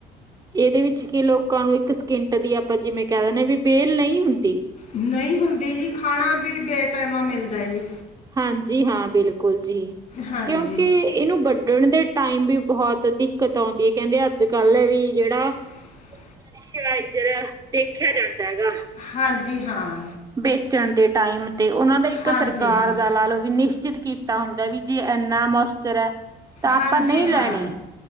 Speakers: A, on the right; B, on the left.
A: ਇਹਦੇ ਵਿੱਚ ਕੀ ਲੋਕਾਂ ਨੂੰ ਇੱਕ ਸਕਿੰਟ ਦੀ ਆਪਾਂ ਜਿਵੇਂ ਕਹਿ ਦਿੰਨੇ ਆ ਵੀ ਬੇਲ ਨਈ ਹੁੰਦੀ।
B: ਨਹੀਂ ਹੁੰਦੀ ਜੀ ਖਾਣਾ ਵੀ ਬੇ ਟੈਮਾ ਮਿਲਦਾ ਜੀ।
A: ਹਾਂਜੀ ਹਾਂ, ਬਿਲਕੁਲ ਜੀ
B: ਹਾਂਜੀ
A: ਕਿਉਂਕਿ ਇਹਨੂੰ ਵਢਣ ਦੇ ਟਾਈਮ ਵੀ ਬਹੁਤ ਦਿੱਕਤ ਆਉਂਦੀ ਐ, ਕਹਿੰਦੇ ਅੱਜ ਕੱਲ੍ਹ ਵੀ ਜਿਹੜਾ
B: <inaudible>
A: <unintelligible> ਇੱਧਰ ਦੇਖਿਆ ਜਾਂਦਾ ਹੈਗਾ।
B: ਹਾਂਜੀ, ਹਾਂ।
A: ਬੇਚਣ ਦੇ ਟਾਈਮ ਤੇ, ਉਹਨਾਂ ਦਾ ਇੱਕ
B: ਹਾਂਜੀ
A: ਸਰਕਾਰ
B: ਹਾਂ
A: ਦਾ ਲਾ ਲਓ ਵੀ ਨਿਸ਼ਚਿਤ ਕੀ ਤਾ ਹੁੰਦਾ ਵੀ ਜੇ ਇੰਨਾ ਮੋਸਚਰ ਐ, ਤਾਂ
B: ਹਾਂਜੀ
A: ਆਪਾਂ ਨਈ ਲੈਣੀ।
B: ਹਾਂ